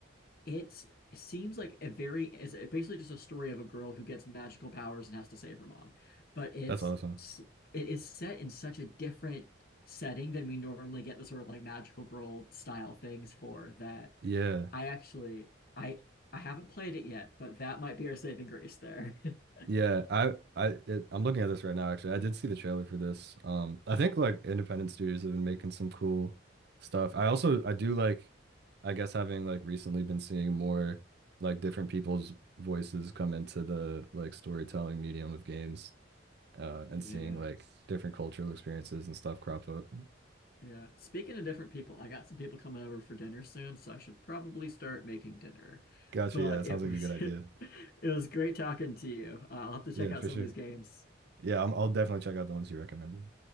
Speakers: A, on the left (about 50°); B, on the right (about 55°).
A: It's it seems like a very it's basically just a story of a girl who gets magical powers and has to save her mom. But it's
B: That's awesome.
A: it is set in such a different setting than we normally get the sort of like magical girl style things for that
B: Yeah.
A: I actually I I haven't played it yet, but that might be our saving grace there. <laughs>
B: Yeah, I I it, I'm looking at this right now actually. I did see the trailer for this. Um I think like independent studios have been making some cool stuff. I also I do like I guess having like recently been seeing more like different people's voices come into the like storytelling medium of games uh and
A: Yeah.
B: seeing like different cultural experiences and stuff crop up.
A: Yeah. Speaking of different people, I got some people coming over for dinner soon, so I should probably start making dinner.
B: Gotcha.
A: But
B: Yeah, that
A: it
B: sounds like
A: was
B: a good idea.
A: <laughs> it was great talking to you. Uh, I'll have to
B: Yeah,
A: check out
B: for
A: some
B: sure.
A: of these games. <laughs>
B: Yeah, I'm, I'll definitely check out the ones you recommended.